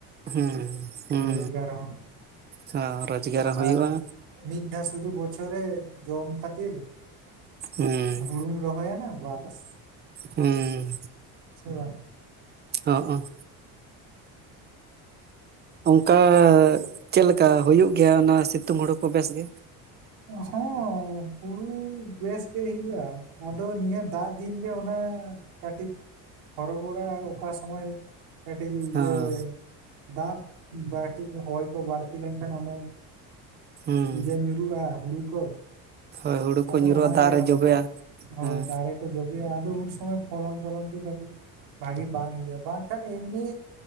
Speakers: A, on the right; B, on the right.
A: ᱦᱩᱸ ᱦᱩᱸ
B: <unintelligible> ᱨᱳᱡᱽᱜᱟᱨ ᱦᱚᱸ
A: ᱦᱚᱸ ᱨᱳᱡᱽᱜᱟᱨ
B: ᱟᱨ
A: ᱦᱩᱭᱩᱜ-ᱟ᱾
B: ᱢᱤᱫ ᱫᱷᱟᱣ ᱥᱩᱫᱩ ᱵᱚᱪᱷᱚᱨᱮ ᱡᱚᱢ ᱠᱷᱟᱹᱛᱤᱨ
A: ᱦᱩᱸ
B: ᱦᱩᱲᱩᱢ ᱨᱚᱦᱚᱭᱟᱱᱟ ᱵᱟᱥ
A: ᱦᱩᱸ᱾
B: ᱥᱮ ᱵᱟᱝ-ᱟ᱾
A: ᱦᱚᱸ ᱚᱸ᱾ ᱚᱱᱠᱟ ᱪᱮᱞᱠᱟ ᱦᱩᱭᱩᱜ ᱜᱮᱭᱟ ᱚᱱᱟ ᱥᱤᱛᱩᱝ ᱦᱩᱲᱩ ᱠᱚ ᱵᱮᱥ ᱜᱮ
B: ᱦᱚᱸ ᱦᱩᱲᱩ ᱵᱮᱥᱜᱮ ᱦᱩᱭᱩᱜ-ᱟ ᱟᱫᱚ ᱱᱤᱭᱟᱹ ᱫᱟᱜ ᱫᱤᱱ ᱜᱮ ᱚᱱᱟ ᱠᱟᱹᱴᱤᱡ ᱦᱚᱨᱚᱵᱚᱨᱟ ᱚᱠᱟ ᱥᱚᱢᱚᱭ ᱠᱟᱹᱴᱤᱡ ᱤᱭᱟᱹ
A: ᱦᱚᱸ
B: ᱫᱟᱜ ᱵᱟ ᱠᱟᱹᱴᱤᱡ ᱦᱚᱭ ᱠᱚ ᱵᱟᱹᱲᱛᱤ ᱞᱮᱱᱠᱷᱟᱱ ᱚᱱᱮ
A: ᱦᱩᱸ
B: ᱡᱮ ᱧᱩᱨᱩᱜ-ᱟ ᱦᱩᱲᱩ ᱠᱚ
A: ᱦᱳᱭ ᱦᱩᱲᱩ ᱠᱚ
B: ᱟᱫᱚ
A: ᱧᱩᱨᱩᱜᱼᱟ
B: ᱚᱱᱟᱜᱮ
A: ᱫᱟᱜ ᱨᱮ
B: ᱦᱳᱭ
A: ᱡᱚᱵᱮᱜᱼᱟ
B: ᱦᱳᱭ
A: ᱦᱮᱸ
B: ᱫᱟᱨᱮ ᱡᱚᱵᱮ-ᱟ ᱟᱫᱚ ᱩᱱ ᱥᱚᱢᱚᱭ ᱯᱷᱚᱞᱚᱱ ᱴᱚᱞᱚᱱ ᱠᱚ ᱠᱟᱹᱴᱤᱡ ᱵᱷᱟᱜᱤ ᱵᱟᱝ ᱦᱩᱭᱩᱜ-ᱟ ᱵᱟᱝ ᱠᱷᱟᱱ ᱮᱢᱱᱤ